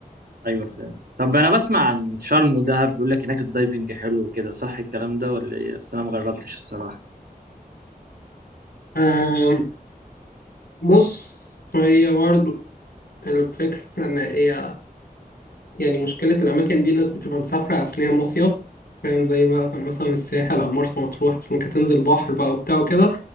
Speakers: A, on the right; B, on the left.
A: ايوه فاهم طب انا بسمع عن شرم ودهب بيقول لك هناك الدايفنج حلو وكده صح الكلام ده ولا ايه بس انا ما جربتش الصراحه
B: آم، بص هي برضو الفكرة إن هي يعني مشكلة الأماكن دي الناس بتبقى مسافرة أصل هي مصيف فاهم زي ما- مثلا الساحل أو مرسى مطروح أصل إنك هتنزل بحر بقى وبتاع وكده